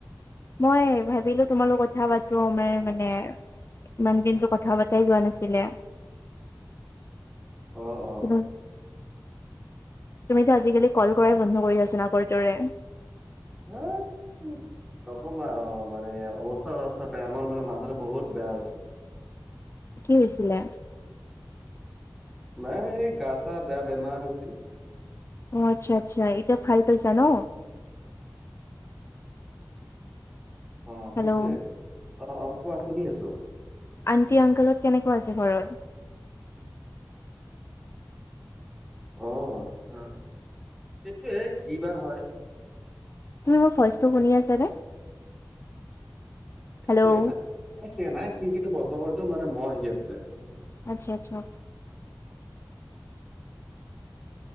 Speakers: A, on the left (about 35°); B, in the centre.
A: মই ভাবিলো তোমালোকৰ কথা পাতো আমাৰ মানে। ইমান দিনটো কথা পতাই হোৱা নাছিলে
B: অ', অ',
A: উম। তুমিতো আজিকালি কল কৰাই বন্ধ কৰি আছিলা আগৰ দৰে।
B: <unintelligible> নকবা অ' মানে অৱস্থা অৱস্থা বেয়া মোৰ মানে মাথাটো বহুত বেয়া হৈছে।
A: কি হৈছিলে?
B: মা এই গা চা বেয়া বেমাৰ হৈছিল।
A: অ' আচ্ছা -আচ্ছা এতিয়া ভাল পাইছা ন'
B: অ'
A: হেল্ল'
B: সেইটোৱে অ' কোৱা শুনি আছো।
A: আনটি আংকল হত কেনেকুৱা আছে ঘৰত?
B: অ' আচ্ছা সেইটোয়ে কি বা হয়।
A: তুমি মোৰ ভইচটো শুনি আছা নে? হেল্ল'
B: এই চেকেণ্ড হা একচেকেণ্ড হা খিৰিকিটো বন্ধ কৰিতো মানে মহ আহি আছে।
A: আচ্ছা- আচ্ছা